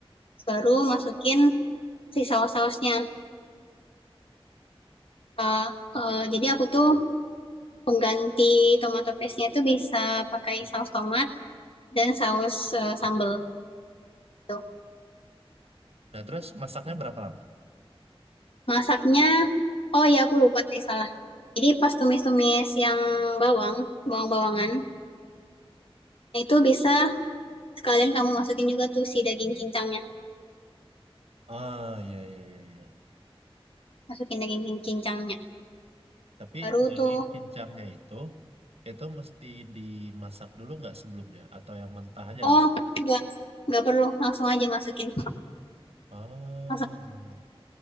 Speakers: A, on the left; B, on the right.
A: baru masukin si saus-sausnya. Eh, eh, jadi aku tuh Pengganti tomato paste-nya itu bisa pakai saus tomat dan saus eh, sambal gitu.
B: Nah terus masaknya berapa lama?
A: Masaknya, oh ya aku lupa tadi salah. Jadi pas tumis-tumis yang bawang, bawang-bawangan, itu bisa sekalian kamu masukin juga tuh si daging cincangnya.
B: Ah iya iya iya iya.
A: Masukin daging cincangnya.
B: Tapi
A: Baru
B: daging
A: tuh,
B: cincangnya itu itu mesti dimasak dulu nggak sebelumnya atau yang mentah aja
A: oh
B: langsung?
A: enggak, enggak perlu, langsung aja masukin.
B: Ah
A: Langsung.
B: iya